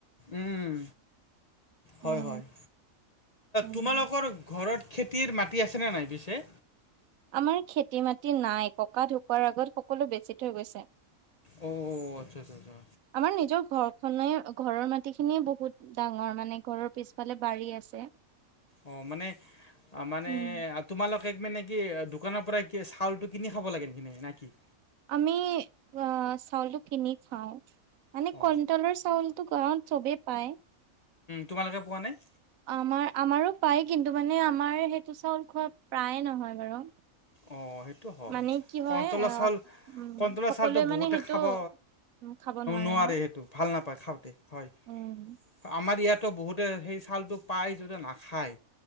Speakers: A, on the left; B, on the right.
A: উম
B: উম
A: হয় হয়
B: উম
A: তোমালোকৰ ঘৰত খেতিৰ মাটি আছেনে নাই পিছে।
B: আমাৰ খেতি মাটি নাই ককা ঢুকোৱাৰ আগত সকলো বেচি থৈ গৈছে।
A: অ', আচ্ছা আচ্ছা আচ্ছা।
B: আমাৰ নিজৰ ঘৰখনে ঘৰৰ মাটিখিনিয়ে বহুত ডাঙৰ মানে ঘৰৰ পিছফালে বাৰী আছে।
A: অ', মানে মানে
B: উম
A: তোমালোকে মানে কি দোকানৰ পৰা কি চাউলটো কিনি খাব লাগে নে কি।
B: আমি অ', চাউলো কিনি খাওঁ মানে
A: অ
B: কইটলৰ চাউলতো পাওঁ চবেই পায়
A: তোমালোকে পোৱা নাই
B: আমাৰ আমাৰো পায় কিন্তু মানে আমাৰ সেইটো চাউল খোৱা প্ৰায়ে নহয় বাৰু
A: অ সেইটো হয়
B: মানে কি
A: কনটলৰ
B: হয় আহ
A: চাউল
B: উম
A: কণটোলৰ
B: সকলোৱে
A: চাউলটো বহুতে
B: মানে সেইটো
A: খাব
B: উম খাব
A: নোৱাৰে
B: ন
A: সেইটো ভাল নাপায় খাওঁতে হয়
B: উম
A: আমাৰ ইয়াতো বহুতে সেই চউলটো পায় যদি নাখায়